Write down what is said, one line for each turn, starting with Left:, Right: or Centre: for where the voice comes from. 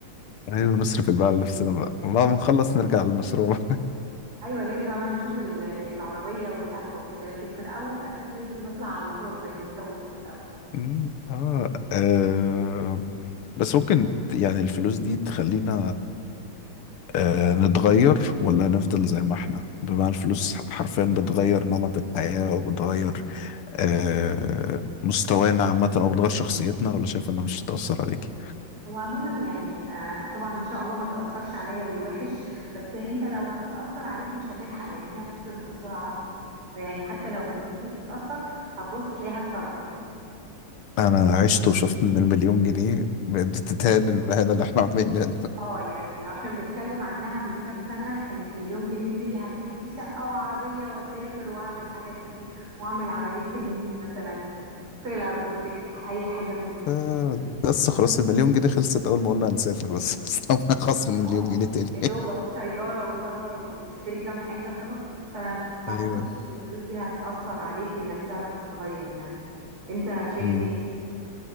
Left: ايوه نصرف الباقي على نفسنا بقى بعد ما نخلص نرجع للمشروع
Right: ايوه نرجع بقى نشوف ال- العربية والقهوة وكده لكن في الاول اكيد لازم نطلع على المطار زي ما انت قلت في الاول
Left: أمم، اه آه، بس ممكن ت- يعني الفلوس دي تخلينا آه، نتغير ولا هنفضل زي ما احنا بمعنى الفلوس حرفيا بتغير نمط الحياة او بتغير آه، مستوانا عامة او بتغير شخصيتنا ولا شايف انها مش هتأثر عليك
Right: هو عموما يعني آه، طبعا ان شاء الله ما تأثرش عليا بالوحش بس انت لو هتأثر عليك مش هتلحق لان هي هتتصرف بسرعة اصلا فيعني حتى لو هتبتدي تتأثر هتبص تلاقيها اتصرفت
Left: انا عشت وشفت ان المليون جنيه بتتهان المهنة اللي احنا عاملينها
Right: اه يعني لو احنا بنتكلم عنها من كام سنة كانت مليون جنيه دي هتجيب لي شقة وعربية واسافر واعمل حاجات كتير واعمل عملية تجميل مثلا فيلر بوتكس اي حاجة من دي
Left: آه،
Right: لكن
Left: بس
Right: دلوقتي
Left: خلاص المليون جنيه خلصت اول ما قلنا هنسافر بس <laughs> استنى خصم المليون
Right: اه
Left: جنيه تاني
Right: يا دوبك طيارة وسفر وتشتري كام حاجة خلاص فما اعتقدش
Left: ايوه
Right: ان الفلوس دي هتأثر عليك انك تعرف تتغير يعني انت شايف
Left: مم.
Right: ايه